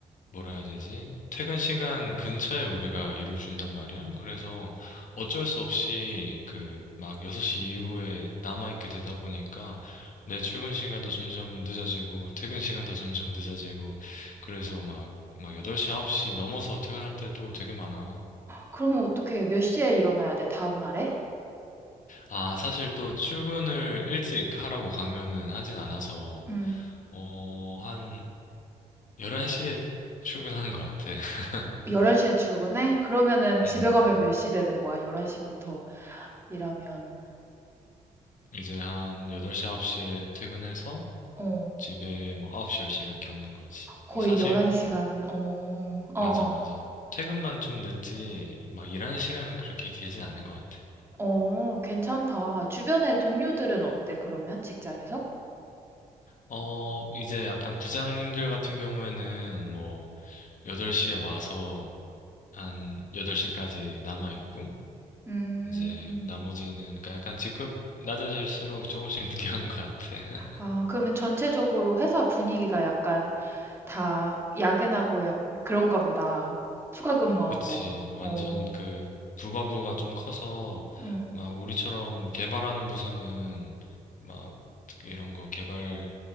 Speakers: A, on the left (about 55°); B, on the right (about 15°).
A: 뭐라 해야 되지? 퇴근 시간 근처에 우리가 일을 준단 말이야. 그래서 어쩔 수 없이 그 막 6시 이후에 남아있게 되다 보니까 내 출근 시간도 점점 늦어지고 퇴근 시간도 점점 늦어지고 그래서 막, 막 8시, 9시 넘어서 퇴근할 때도 되게 많아.
B: 그러면 어떻게 해? 몇 시에 일어나야 돼, 다음 날에?
A: 아, 사실 또 출근을 일찍 하라고 강요는 하진 않아서
B: 음.
A: 어, 한 11시에 출근하는 것 같아. <laughs>
B: 11시에 출근해? 그러면은 집에
A: 음,
B: 가면 몇 시 되는 거야? 11시부터 일하면.
A: 이제 한 8시, 9시에 퇴근해서
B: 어,
A: 집에 뭐 9시, 10시 이렇게 오는 거지.
B: 거의
A: 뭐 사실,
B: 11시간. 어, 어,
A: 맞아,
B: 어.
A: 맞아. 퇴근만 좀 늦지, 막 일하는 시간은 그렇게 길진 않은 것 같아.
B: 어, 괜찮다. 주변에 동료들은 어때, 그러면? 직장에서?
A: 어, 이제 약간 부장님들 같은 경우에는 뭐, 8시에 와서 한 8시까지 남아있고,
B: 음.
A: 이제 나머지는, 그러니까 약간 직급 낮아질수록 조금씩 <laughs> 늦게 오는 것 같아.
B: 아, 그러면 전체적으로 회사 분위기가 약간 다 야근하고 약 그런가 보다. 추가 근무하고.
A: 그치. 완전
B: 어,
A: 그 부가부가 좀 커서
B: 음.
A: 막 우리처럼 개발하는 부서는 막 이런 거 개발